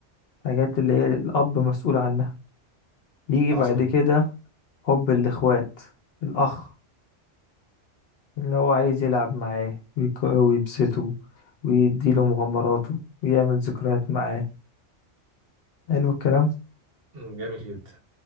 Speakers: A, on the left; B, on the right.
A: حاجات اللي هي الأب مسؤول عنها يجي
B: عظمه
A: بعد
B: جدا
A: كده حب الإخوات الأخ اللي هو عايز يلعب معاه ويك- ويبسطه ويديله مغامراته ويعمل ذكريات معاه حلو الكلام
B: مم، جميل جدا